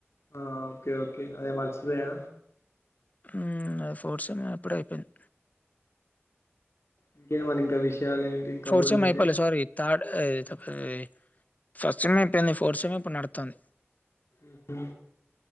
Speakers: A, on the left; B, on the left.
A: ఆ ఓకే ఓకే అదే మర్చిపోయా
B: ఉమ్ నాది ఫోర్త్ సెమ్ ఎప్పుడో అయిపోయింది
A: ఇంకేంటి మరి ఇంకా విషయాలు ఏంటి కబుర్లు
B: ఫోర్త్ సెమ్
A: ఏంటి
B: అయిపోలే సారి థర్డ్ ఎ <unintelligible> ఫస్ట్ సెమ్ అయిపోయింది ఫోర్త్ సెమ్ ఇప్పుడు నడుతంది
A: ఉహు